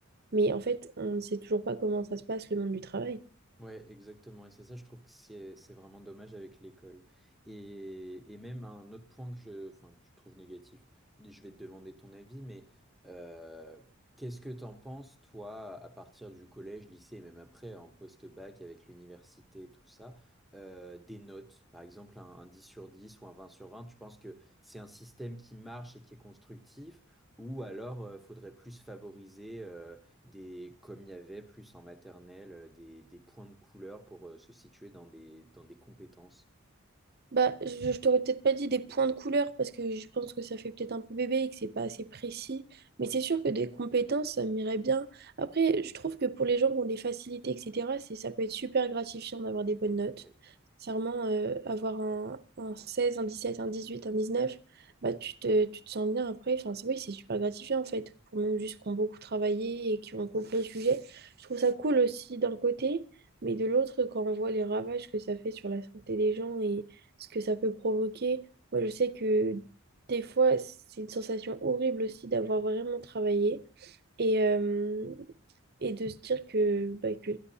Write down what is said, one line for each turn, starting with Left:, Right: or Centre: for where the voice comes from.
Right: Mais en fait, on ne sait toujours pas comment ça se passe, le monde du travail.
Centre: Ouais, exactement. Et c'est ça, je trouve que c'est c'est vraiment dommage avec l'école. Et, et même un autre point que je, enfin, que je trouve négatif, je vais te demander ton avis, mais euh, qu'est-ce que t'en penses, toi, à partir du collège, lycée, et même après, en post-bac, avec l'université, tout ça, euh, des notes, par exemple un, un 10 sur 10 ou un 20 sur 20. tu penses que c'est un système qui marche et qui est constructif, ou alors euh, faudrait plus favoriser euh, des, comme il y avait plus en maternelle, euh, des, des points de couleur pour euh, se situer dans des, dans des compétences.
Right: Bah, je, je t'aurais peut-être pas dit des points de couleur parce que je pense que ça fait peut-être un peu bébé et que c'est pas assez précis. Mais c'est sûr que des compétences, ça m'irait bien. Après, je trouve que pour les gens qui ont des facilités, etc., c'est, ça peut être super gratifiant d'avoir des bonnes notes.
Centre: Ouais.
Right: Sincèrement, euh, avoir un, un 16 un 17 un 18 un 19 bah, tu te, tu te sens bien après. Enfin, c'est- oui, c'est super gratifiant en fait. Pour même juste qui ont beaucoup travaillé et qui ont compris le sujet. Je trouve ça cool aussi d'un côté. Mais de l'autre, quand on voit les ravages que ça fait sur la santé des gens ce que ça peut provoquer. Moi, je sais que des fois, c'est une sensation horrible aussi d'avoir vraiment travaillé et, euh, et de se dire que, bah, que,